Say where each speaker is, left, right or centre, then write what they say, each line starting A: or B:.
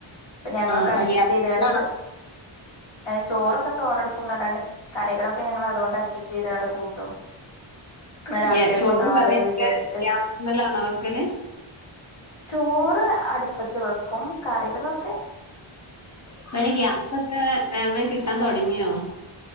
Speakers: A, on the left; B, on the left.
A: അപ്പൊ ഞങ്ങളൊക്കെ
B: ആ
A: അഡ്ജസ്റ്റ്
B: ആ ഗ്യാസ്മലാണോ
A: ചെയ്താണ്ട്‌ക്ക. ചോറൊക്കെ- തോനെടുക്കും എന്നല്ലാണ്ട്, കറികളക്കെ ഞങ്ങൾ അതുകൊണ്ട് അഡ്ജസ്റ്റ് ചെയ്തുകാണ്ട് കൂട്ടും. ഇന്നാ രാത്രിയേക്കും
B: ഏഹ് ചോറും
A: ഉണ്ടാവല്ലോന്ന്
B: കറിയൊക്കെ
A: വിചാരിച്ചിട്ട്
B: ഗ്യാസ്മ്മലാണോ വെക്കല്?
A: ചോറ് അടുപ്പത്ത് വെക്കും. കറികളൊ -
B: പ്പയിന് ഗ്യാസൊക്കെ വേം വേം കിട്ടാൻ തൊടങ്ങിയോ?